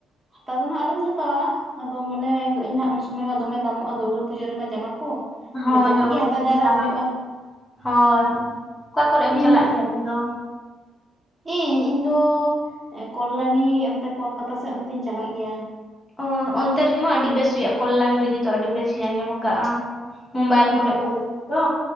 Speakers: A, on the right (about 20°); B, on the left (about 20°).
A: ᱦᱟᱛᱟᱣ ᱫᱚ ᱦᱟᱜ ᱟᱣᱨᱤᱧ ᱦᱟᱛᱟᱣᱟ᱾ ᱟᱫᱚ ᱢᱚᱱᱮ ᱠᱟᱹᱜᱟᱹᱧ ᱦᱟᱸᱜ ᱩᱱ ᱥᱚᱢᱚᱭ ᱢᱟ ᱫᱚᱢᱮ ᱫᱟᱢᱚᱜᱼᱟ ᱫᱩᱨᱜᱟᱹ ᱯᱩᱡᱟᱹ ᱨᱮᱢᱟ ᱡᱟᱢᱟ ᱠᱚ᱾
B: ᱦᱳᱭ
A: ᱱᱤᱛᱚᱜ ᱠᱷᱚᱡ
B: ᱦᱳᱭ
A: ᱜᱮ ᱦᱟᱛᱟᱣ
B: ᱫᱚᱢᱮ
A: ᱡᱟᱣᱨᱟ
B: ᱫᱟᱢ
A: ᱦᱩᱭᱩᱜᱼᱟ᱾
B: ᱦᱳᱭ ᱚᱠᱟ ᱠᱚᱨᱮ ᱮᱢ
A: ᱤᱧ
B: ᱪᱟᱞᱟᱜ ᱜᱮᱭᱟ ᱟᱢᱫᱚ?
A: ᱤᱧ, ᱤᱧ ᱫᱚ ᱠᱚᱞᱞᱟᱱᱤ ᱚᱱᱛᱮ ᱠᱳᱞᱠᱟᱛᱟ ᱥᱮᱫ ᱚᱱᱛᱮᱧ ᱪᱟᱞᱟᱜ ᱜᱮᱭᱟ᱾
B: ᱚᱻ ᱚᱱᱛᱮ ᱨᱮᱜᱮ ᱢᱟ ᱟᱹᱰᱤ ᱵᱮᱥ ᱦᱩᱭᱩᱜᱼᱟ ᱠᱚᱞᱞᱟᱱᱤ ᱨᱮᱜᱮ ᱫᱚ ᱟᱹᱰᱤ ᱵᱮᱥ ᱤᱧ ᱟᱸᱡᱚᱢ ᱠᱟᱜᱼᱟ᱾ ᱢᱳᱵᱟᱭᱤᱞ ᱠᱚᱨᱮ
A: ᱦᱳᱭ
B: ᱠᱚ ᱩᱫᱩᱜ ᱫᱚ